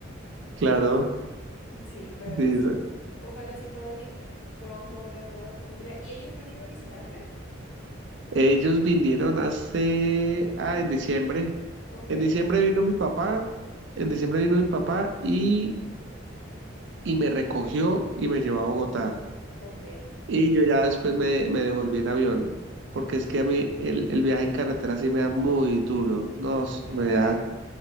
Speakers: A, on the right (about 65°); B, on the left (about 80°).
A: Claro,
B: Sí, pero
A: dice,
B: pues o- ojalá sí puedas ir pronto a ver a toda tu familia. ¿Y ellos no han ido a visitarte?
A: ellos vinieron hace, ah, en diciembre.
B: Ok,
A: En diciembre vino mi papá, en diciembre vino mi papá y, y me recogió y me llevó a Bogotá.
B: ok,
A: Y yo ya después me, me devolví en avión, porque es que a mí el, el viaje en carretera sí me da muy duro, no, es-
B: ok.
A: me da,